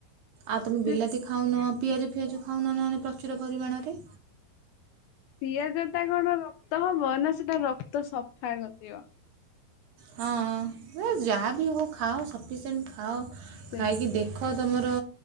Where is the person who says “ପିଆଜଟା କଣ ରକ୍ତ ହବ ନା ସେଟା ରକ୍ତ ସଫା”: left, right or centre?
Left